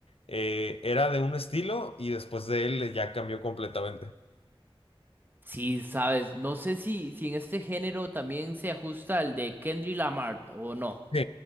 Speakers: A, on the left; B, on the right.
A: eh, era de un estilo y después de él ya cambió completamente.
B: Sí, sabes, no sé si, si en este género también se ajusta al de Kendrick Lamar o no.
A: Sí,